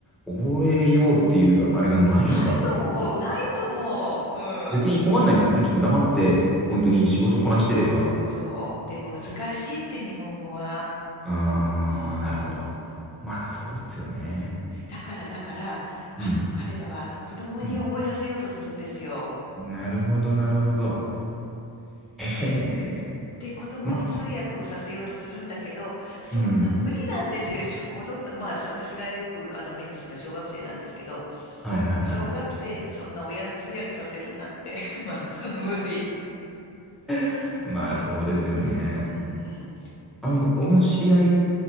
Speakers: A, in the centre; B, on the left.
A: 覚えようっていうあれがないのかな。
B: ないと思う、ないと思う。うん。
A: 別に困んないですもんね。きっと黙って本当に仕事こなしてれば。
B: そう。で、難しいって日本語は。
A: あー、
B: うん。
A: なるほど。まあそうっすよね。
B: うん。だから、だから、あの、
A: うん。
B: 彼らは子供に覚えさせようとするんですよ。
A: うん。なるほど、なるほど。
B: <laughs>
A: へえ。
B: で、子供に通訳をさせようとするんだけど、
A: まあ、
B: そんな無理なんですよ。
A: うん。
B: しょ子供、まあ、し私がよくあの目にするのは小学生なんですけど、
A: はいはいはい。
B: 小学生にそんな親の通訳させるなんて <laughs> まず無理。
A: <laughs> まあ、そうですよね。
B: うん。
A: あの、俺の知り合い